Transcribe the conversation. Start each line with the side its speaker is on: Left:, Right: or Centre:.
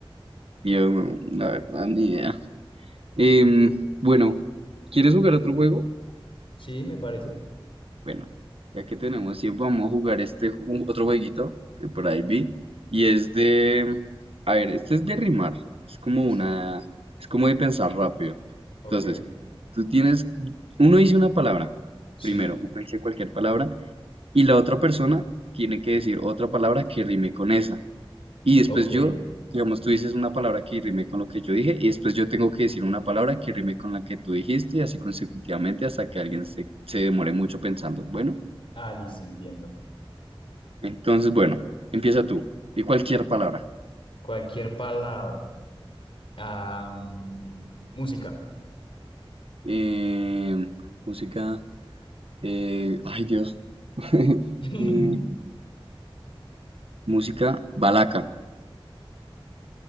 Right: yo, no, la verdad, ni idea. Em, bueno, ¿quieres jugar otro juego?
Left: Sí, me parece.
Right: Bueno, ya que tenemos tiempo, vamos a jugar este ju- otro jueguito que por ahí vi. Y es de, a ver, este es de rimar. Es como
Left: Sí.
Right: una, es como de pensar rápido.
Left: Ok.
Right: Entonces, tú tienes, uno dice una palabra,
Left: Sí.
Right: primero, uno dice cualquier palabra y la otra persona tiene que decir otra palabra que rime con esa. Y después
Left: Ok.
Right: yo, digamos, tú dices una palabra que rime con lo que yo dije, y después yo tengo que decir una palabra que rime con la que tú dijiste, y así consecutivamente hasta que alguien se, se demore mucho pensando. Bueno,
Left: Ah, listo, entiendo.
Right: entonces, bueno, empieza tú. Y cualquier palabra.
Left: Cualquier palabra. Ah, mm, música.
Right: Eh, música. eh, ay, Dios. <laughs>
Left: <laughs>
Right: Eh, música balaca.